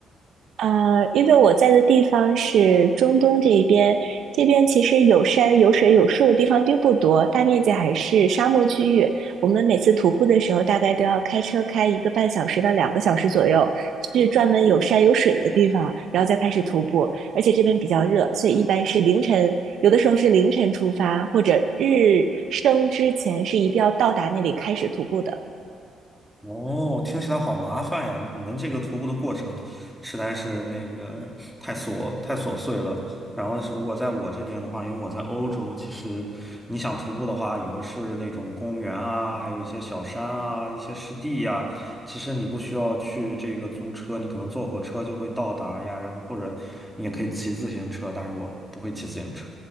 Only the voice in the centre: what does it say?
哦，听起来好麻烦呀！你们这个徒步的过程实在是那个太琐太琐碎了。然后是如果在我这边的话，因为我在欧洲，其实你想徒步的话，有的是那种公园啊，还有一些小山啊，一些湿地呀。其实你不需要去这个租车，你可能坐火车就会到达呀。然后或者你也可以骑自行车，但是我不会骑自行车，